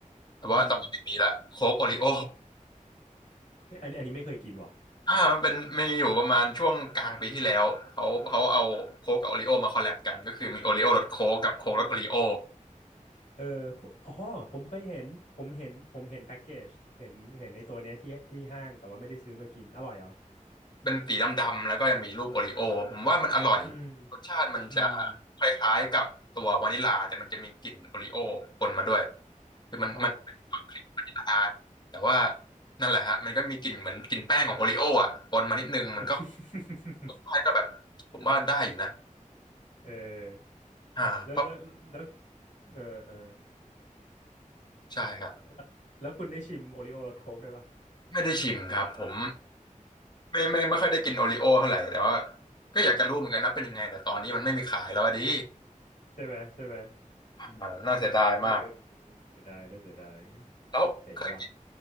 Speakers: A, on the left; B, on the left.
A: แต่ว่าตอนนี้ไม่มีละโค้กโอริโอ
B: อืมเฮ้ยอันนี้อันนี้ไม่เคยกินว่ะ
A: อ่ามันเป็นมีอยู่ประมาณช่วงกลางปีที่แล้วเขาเขาเอาโค้กกับโอริโอมาคอลแลบกันก็คือมีโอริโอรสโค้กกับโค้กรสโอริโอ
B: เออพวกอ๋อผมเคยเห็นผมเห็นผมเห็นแพ็กเกจเห็นเห็นไอ้ตัวเนี้ยที่ที่ห้างแต่ว่าไม่ได้ซื้อมากินอร่อยเหรอ
A: เป็นสีดำๆแล้วก็ยังมีรูปโอริโอผมว่ามันอร่อย
B: อืม
A: รสชาติมันจะ
B: อืม
A: คล้ายๆกับตัววานิลลาแต่มันจะมีกลิ่นโอริโอปนมาด้วยคือมันมันเป็นความคลิกวานิลลา
B: อ๋อ
A: แต่ว่านั่นแหละฮะมันก็มีกลิ่นเหมือนกลิ่นแป้งของโอริโออ่ะปนมานิดนึงมันก็
B: <laughs>
A: รสชาติก็แบบผมว่าได้อยู่นะ
B: เออ
A: อ่าก็
B: แล้วแล้วแล้วเออเออ
A: ใช่ครับ
B: แล้วแล้วคุณได้ชิมโอริโอรสโค้กได้วยปะ
A: ไม่ได้ชิมครับผม ไม่ไม่ไม่ค่อยได้กินโอริโอเท่าไหร่แต่ว่า
B: <laughs>
A: ก็อยากจะรู้เหมือนกันนะเป็นยังไงแต่ตอนนี้มันไม่มีขายแล้วอะดิ
B: ใช่ไหมใช่ไหม
A: อ่าน่าเสียดายมาก
B: เออเสียดายน่าเสียดาย
A: แล้วเคยกิน
B: เจ๋งว่ะ